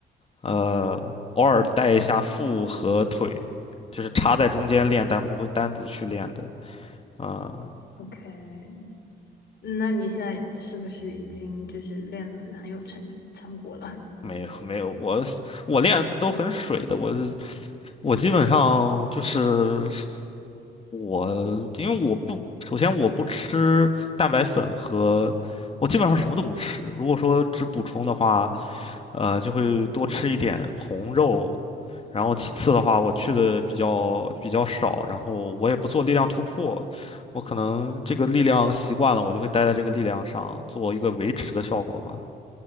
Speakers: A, on the left; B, on the left.
A: 呃，偶尔带一下腹和腿，就是插在中间练，但不会单独去练的。呃，
B: ？OK，<laughs> 那你现在是不是已经就是练的很有成成果了？
A: 没有没有，我我练都很水的，我我基本上就是。我因为我不，首先我不吃蛋白粉和，我基本上什么都不吃。如果说只补充的话，呃，就会多吃一点红肉，然后其次的话，我去的比较比较少，然后我也不做力量突破，我可能这个力量习惯了，我就会待在这个力量上做一个维持的效果吧，